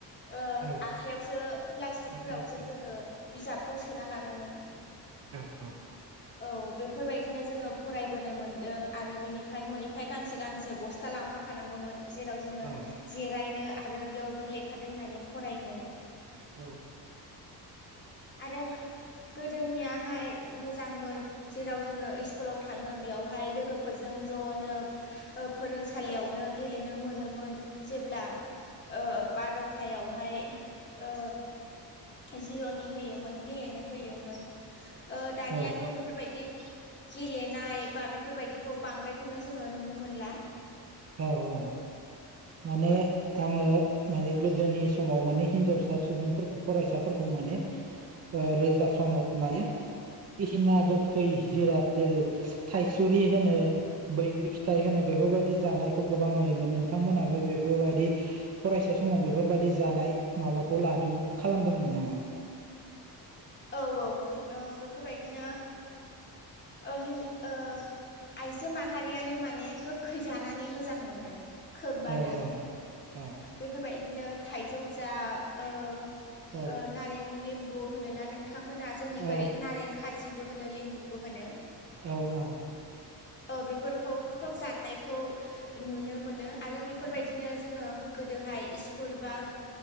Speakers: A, on the left; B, on the right.
A: ओ
B: औ
A: आखाइयावसो प्लास्टिकफोरावसो
B: आखायावसो
A: जोङो बिजाबखौ सोना लाङोमोन
B: औ औ
A: औ बेफोरबायदिनो जोङो फरायबोनो मोन्दों आरो बिनिफ्राय न'निफ्राय गांसे गांसे बस्था लांफा खानांगौमोन जेराव जोङो
B: औ
A: जिरायनो आरो बेयावनो लेखा दोननानै फरायनो
B: औ
A: आरो गोदोनियाहाय मोजांमोन जेराव जोङो इस्कुलाव थां थाङो बेयावहाय लोगोफोरजों ज'नो ओ फोरोंसालियावनो गेलेनो मोनोमोन जेब्ला ओ बार'थायावहाय ओ जिर'नि होयोमोन गेलेनो होयोमोन ओ दानियाथ'
B: औ
A: बेफोरबायदि गेलेनाय बा बेफोरबायदिखौ बांद्रायखौनो जोङो नुनो मोनला
B: औ औ माने आङो माने गोदोनि समाव माने हिनजावसा सुबुंफोरखौ फरायसाफोरखौ माने ओ रोजा समाव माने बायदिसिना गोखै जिराद जेरै थायसुरि होनो बैग्रि फिथाइ होनो बेफोरबायदि जानायखौ गोबां नुयोमोन नोंथांमोनाबो बेफोरबायदि फरायसा समाव बेफोरबायदि जानाय हाबाखौ लादों खालामदोंमोन नामाय
A: औ औ ओ बेफोरबायदिनो
B: <inaudible>
A: ओहोय ओ आइजो माहारियानो माने गोखै जानानै मोजां मोनो खोबबानो
B: औ औ
A: बेफोरबायदिनो थाइजौ जा ओ
B: औ
A: ओ नारें लिम्बु होनोना नोंथांमोना जोंनिखै
B: औ
A: नारें खाजिबो होनो लिम्बु बो होनो
B: औ औ
A: बेफोरखौ खोब जानायखौ नुनो मोनो आरो बेफोरबायदिनो जोङो गोदोहाय इस्कुल बा